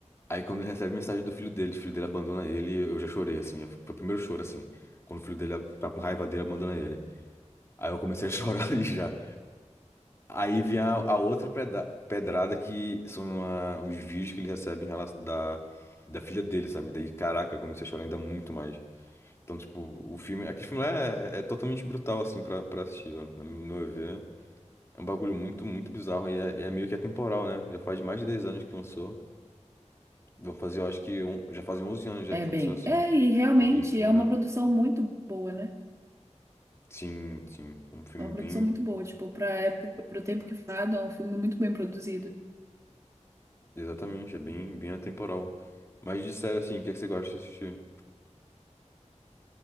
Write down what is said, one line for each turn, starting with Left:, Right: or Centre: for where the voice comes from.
Left: Aí quando ele recebe a mensagem do filho dele, o filho dele abandona ele, eu já chorei, assim. eu- Foi o primeiro choro, assim. Quando o filho dele tá com raiva dele, abandona ele. Aí eu comecei a <laughs> chorar ali já. Aí vem a, a outra pedra- pedrada que são a- os vídeos que ele recebe em relação da, da filha dele, sabe? Daí, caraca, eu comecei a chorar ainda muito mais. Então, tipo, o filme. Aquele filme é, é totalmente brutal, assim, pra, pra assistir, velho. No meu ver. É um bagulho muito, muito bizarro. E é, é meio que atemporal, né? Já faz mais de 10 anos que lançou. Vão fazer, eu acho que. on- já fazem 11 anos já
Right: É
Left: que
Right: bem.
Left: lançou assim.
Right: É, e realmente
Left: É bem, bem
Right: é
Left: velho.
Right: uma produção muito boa, né?
Left: Sim, sim. Um filme
Right: É uma produção
Left: bem.
Right: muito boa, tipo, pra época, pro tempo que fado, é um filme muito bem produzido.
Left: Exatamente, é bem, bem atemporal. Mas de série assim, o que é que você gosta de assistir?